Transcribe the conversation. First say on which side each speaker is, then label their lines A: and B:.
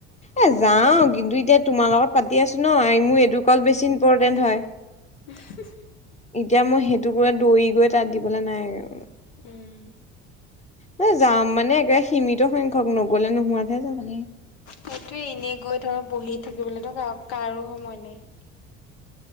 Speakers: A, on the left; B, on the left.
A: এ যাও কিন্তু এতিয়া তোমাৰ লগত পাতি আছো ন মোৰ এইটো কল বেছি ইম্পৰ্টেণ্ট হয়।
B: উমহু,
A: এতিয়া মই সেইটো পোৰা দৌৰি গৈ তাত দিবলৈ নাই আৰু।
B: উম,
A: ম যাম মানে একাৰে সীমিত সংখ্যক নগলে নোহোৱাতহে যাম
B: সেইটোয়ে এনেই গৈ ধৰ বহি থাকিবলৈতো কাৰ কাৰো সময় নাই।